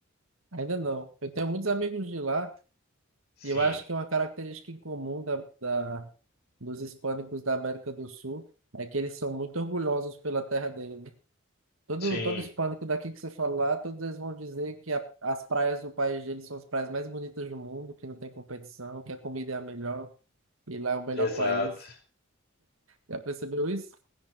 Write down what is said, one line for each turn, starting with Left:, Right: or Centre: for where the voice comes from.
Right: ainda não. Eu tenho muitos amigos de lá,
Left: Sim,
Right: e eu acho que uma característica em comum da, da, dos hispânicos da América do Sul é que eles são muito orgulhosos pela terra deles. Todo,
Left: sim,
Right: todo hispânico daqui que você falar, todos eles vão dizer que a- as praias do país deles são as praias mais bonitas do mundo, que não tem competição, que a comida é a melhor e lá é o melhor
Left: exato.
Right: país. Já percebeu isso?